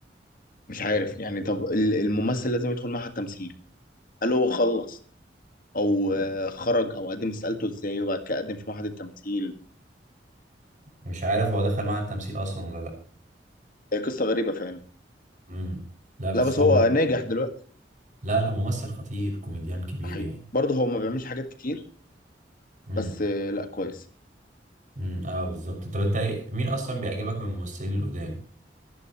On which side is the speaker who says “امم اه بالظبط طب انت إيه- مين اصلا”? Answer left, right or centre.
Right